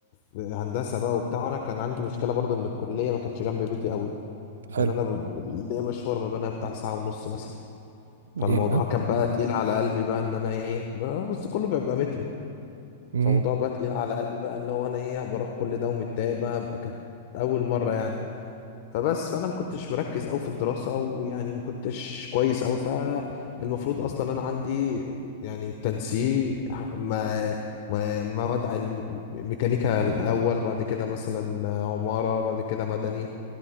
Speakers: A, on the left; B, on the right.
A: في هندسه بقى وبتاع انا كان عندي مشكله برضه ان الكليه ما كانتش جنب بيتي قوي
B: حلو
A: يعني انا ب- ليا مشوار ما بينها بتاع ساعه ونص مثلا فالموضوع
B: يا
A: كان بقى تقيل على قلبي بقى ان انا ايه بقى- بس كله بيبقى مترو
B: امم
A: فالموضوع بقى تقيل على قلبي بقى اللي هو انا ايه بروح كل ده ومتضايق بقى بقى كانت اول مره يعني فبس فانا ما كنتش مركز قوي في الدراسه ويعني ما كنتش كويس قوي فالمفروض اصلا انا عندي يعني تنسيق ما ما مواد علم ميكانيكا الاول بعد كده مثلا عماره بعد كده مدني